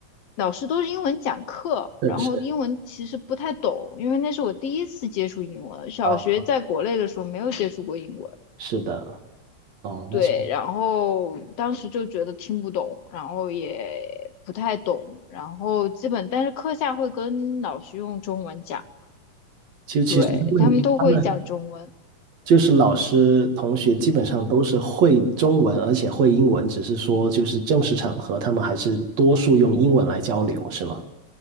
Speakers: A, on the left; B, on the right.
A: 老师都是英文讲课，
B: 是是
A: 然后英文其实不太懂，因为那是我第一次接触英文，小学在国内的时候没有接触过英文。
B: 啊，是的，哦，
A: 对，
B: 那其
A: 然后当时就觉得听不懂，然后也不太懂，然后基本，但是课下会跟老师用中文讲，
B: 其实其实他们他们
A: 对，他们都会讲中文。
B: 就是老师同学基本上都是会中文，而且会英文，只是说就是正式场合他们还是多数用英文来交流，是吗？